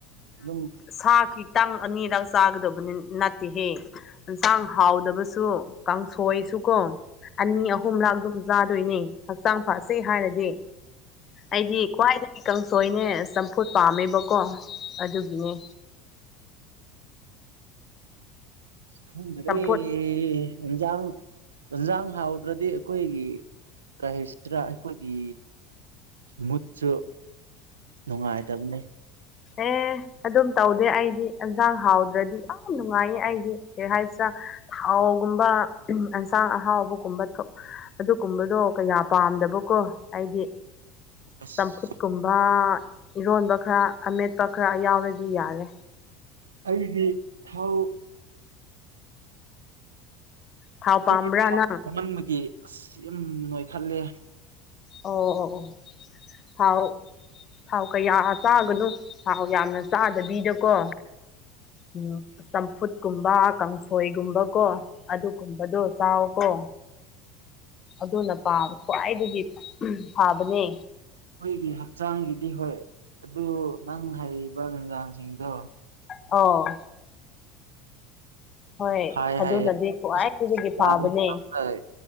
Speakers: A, on the right (about 75°); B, on the left (about 35°).
A: ꯑꯗꯨꯝ
B: ꯁꯥꯒꯤꯈꯤ ꯇꯥꯡ ꯑꯅꯤꯗ ꯆꯥꯒꯗꯕꯅꯤ ꯅꯠꯇꯦꯍꯦ ꯌꯦꯟꯁꯥꯡ ꯍꯥꯎꯗꯕꯁꯨ ꯀꯥꯡꯁꯣꯏꯁꯨꯀꯣ ꯑꯅꯤ ꯑꯍꯨꯝ ꯂꯥꯛ ꯑꯗꯨꯝ ꯆꯥꯗꯣꯏꯅꯦ ꯍꯛꯆꯥꯡ ꯐꯁꯦ ꯍꯥꯏꯔꯗꯤ ꯑꯩꯗꯤ ꯈ꯭ꯋꯥꯏꯗꯒꯤꯗꯒꯤ ꯀꯥꯡꯁꯣꯏꯅꯦ ꯆꯝꯐꯨꯠ ꯄꯥꯝꯃꯦꯕꯀꯣ ꯑꯗꯨꯒꯤꯅꯦ
A: ꯈꯪꯗ
B: ꯆꯝꯐꯨꯠ
A: ꯔꯦ ꯏꯟꯖꯥꯡ ꯏꯟꯖꯥꯡ ꯍꯥꯎꯗ꯭ꯔꯗꯤ ꯑꯩꯈꯣꯏꯒꯤ ꯀꯩꯁꯤꯔꯥ ꯑꯩꯈꯣꯏꯒꯤ ꯃꯨꯠꯁꯨ ꯅꯨꯡꯉꯥꯏꯇꯕꯅꯦ
B: ꯑꯦ ꯑꯗꯨꯝ ꯇꯧꯗꯦ ꯑꯩꯗꯤ ꯏꯟꯁꯥꯡ ꯍꯥꯎꯗ꯭ꯔꯗꯤ ꯌꯥꯝ ꯅꯨꯡꯉꯥꯏꯌꯦ ꯑꯩꯗꯤ ꯀꯩ ꯍꯥꯏꯁ ꯊꯥꯎꯒꯨꯝꯕ ꯑꯦꯟꯁꯥꯡ ꯑꯍꯥꯎꯕꯒꯨꯝꯕ ꯊꯣꯛ ꯑꯗꯨꯒꯨꯝꯕꯗꯣ ꯀꯌꯥ ꯄꯥꯝꯗꯕꯀꯣ ꯑꯩꯗꯤ
A: ꯑꯁ
B: ꯆꯝꯐꯨꯠ ꯀꯨꯝꯕ ꯏꯔꯣꯟꯕ ꯈꯔ ꯑꯃꯦꯠꯄ ꯈꯔ ꯌꯥꯎꯔꯗꯤ ꯌꯥꯔꯦ
A: ꯑꯩꯗꯤ ꯊꯥꯎ
B: ꯊꯥꯎ ꯄꯥꯝꯕ꯭ꯔꯥ
A: ꯑꯩꯈꯣꯏꯃꯟꯕꯒꯤ
B: ꯅꯪ
A: ꯑꯁ ꯌꯥꯝ ꯅꯣꯏꯈꯠꯂꯦ
B: ꯑꯣ ꯊꯥꯎ ꯊꯥꯎ ꯀꯌꯥ ꯆꯥꯒꯅꯣ ꯊꯥꯎ ꯌꯥꯝꯅ ꯆꯥꯗꯕꯤꯗꯀꯣ ꯎꯝ ꯆꯝꯐꯨꯠꯀꯨꯝꯕ ꯀꯥꯡꯁꯣꯏꯒꯨꯝꯕꯀꯣ ꯑꯗꯨꯒꯨꯝꯕꯗꯣ ꯆꯥꯎꯀꯣ ꯑꯗꯨꯅ ꯄꯥ ꯈ꯭ꯋꯥꯏꯗꯒꯤ ꯄꯥꯕꯅꯦ
A: ꯑꯩꯈꯣꯏꯒꯤ ꯍꯛꯆꯥꯡꯒꯤꯗꯤ ꯍꯣꯏ ꯑꯗꯨ ꯅꯪ ꯍꯥꯏꯔꯤꯕ ꯟꯖꯥꯡꯁꯤꯡꯗꯣ
B: ꯑꯣ ꯍꯣꯏ
A: ꯍꯥꯏ
B: ꯑꯗꯨꯅꯗꯤ
A: ꯍꯥꯏꯌꯦ
B: ꯈ꯭ꯋꯥꯏ
A: ꯑꯁ
B: ꯍꯗꯒꯤ
A: ꯆꯥꯕ
B: ꯐꯥꯕꯅꯦ